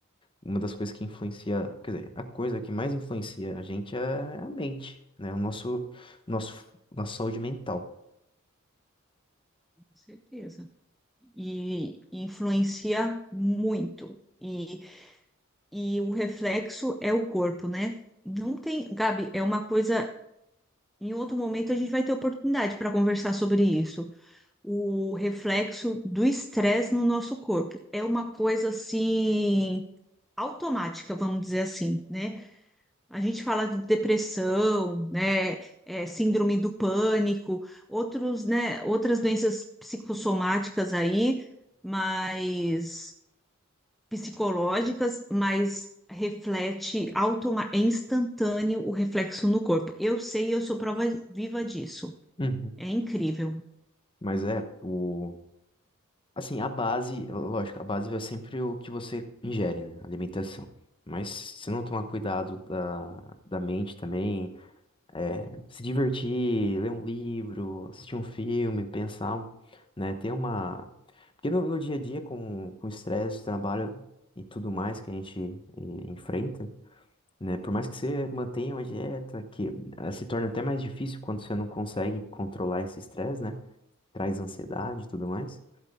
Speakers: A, on the left; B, in the centre.
A: uma das coisas que influencia, quer dizer, a coisa que mais influencia a gente é a mente, né? O nosso, nosso, nossa saúde mental.
B: com certeza. E influencia muito. E e o reflexo é o corpo, né? Não tem, Gabi, é uma coisa. Em outro momento a gente vai ter oportunidade para conversar sobre isso. O reflexo do estresse no nosso corpo é uma coisa assim automática, vamos dizer assim, né? A gente fala de depressão, né? É, síndrome do pânico, outros, né? Outras doenças psicossomáticas aí, mas psicológicas, mas reflete automa é instantâneo o reflexo no corpo. Eu sei, eu sou prova viva disso.
A: Uhum.
B: É incrível.
A: Mas é, o, assim, a base, lógico, a base é sempre o que você ingere, né? Alimentação. Mas se não tomar cuidado da, da mente também, é, se divertir, ler um livro, assistir um filme, pensar, um- né? Ter uma. Porque no, no dia a dia, com, com o estresse, trabalho e tudo mais que a gente eh, enfrenta, né? Por mais que você mantenha uma dieta, que ah, se torna até mais difícil quando você não consegue controlar esse estresse, né? Traz ansiedade e tudo mais.